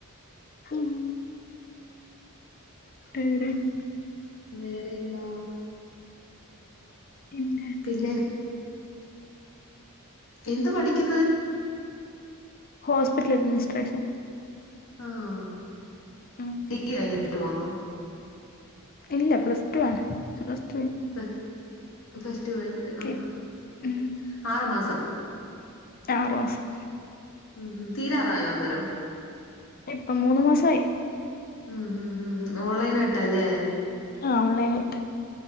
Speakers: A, on the left; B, on the left.
A: ഹും <unintelligible>
B: വേറെ എന്താ
A: ഇൻ
B: പിന്നെ എന്ത് പഠിക്കുന്നഹ്
A: ഹോസ്പിറ്റൽ അഡ്മിനിസ്ട്രേഷൻ
B: ആഹ്
A: ഉം
B: ഡിഗ്രി കഴിഞ്ഞിട്ട് പോന്നോ
A: ഇല്ല പ്ലസ് ടു ആണ് <unintelligible>
B: പ്ല പ്ലസ് ടു കഴിഞ്ഞിട്ട് ആഹ്
A: ഇ-
B: ആഹ് ആഹ്
A: ഉം
B: ആറ് മാസം
A: ആറ് മാസം
B: ഉം ഉം തീരാറായോ അന്നേരം
A: ഇപ്പം മൂന്ന് മാസായി
B: ഉം ഉം ഉം ഓൺലൈൻ ആയിട്ടാല്ലേ
A: ആഹ് ഓൺലൈനായിട്ട്